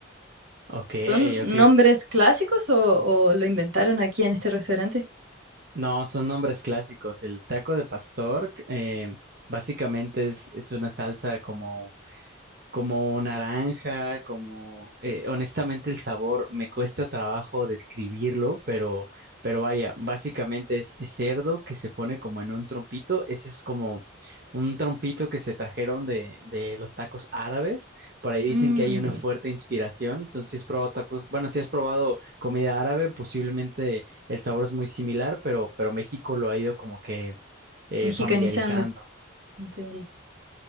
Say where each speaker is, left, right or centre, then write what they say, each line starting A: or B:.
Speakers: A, on the right; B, on the right.
A: Ok,
B: ¿Son nombres
A: ok.
B: clásicos o, o lo inventaron aquí en este restaurante?
A: No, son nombres clásicos. El taco de pastor, eh, básicamente es, es una salsa como como naranja, como eh, honestamente el sabor me cuesta trabajo describirlo, pero, pero vaya, básicamente es, es cerdo que se pone como en un trompito, ese es como un trompito que se trajeron de, de los tacos árabes, por ahí dicen
B: Mm,
A: que hay una fuerte inspiración, entonces si has probado tacos, bueno, si has probado comida árabe, posiblemente el sabor es muy similar, pero, pero México lo ha ido como que eh,
B: mexicanizando.
A: familiarizando.
B: Entendí.